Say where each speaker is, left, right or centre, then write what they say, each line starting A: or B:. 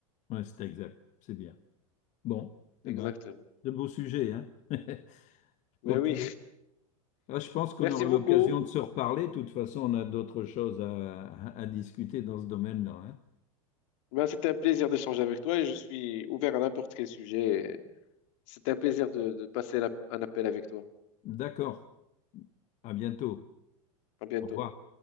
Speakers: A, on the left; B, on the left.
A: ouais, c'est exact. C'est bien. Bon, eh
B: Exactement.
A: ben, de beaux sujets, hein. <laughs>
B: Ben
A: Ok.
B: oui,
A: Ah, je pense qu'on
B: merci
A: aura
B: beaucoup.
A: l'occasion de se reparler. De toute façon, on a d'autres choses à, à- discuter dans ce domaine-là, hein.
B: Ben, c'était un plaisir d'échanger avec toi et je suis ouvert à n'importe quel sujet. C'est un plaisir de, de passer la- un appel avec toi.
A: D'accord. À bientôt.
B: À bientôt.
A: Au revoir.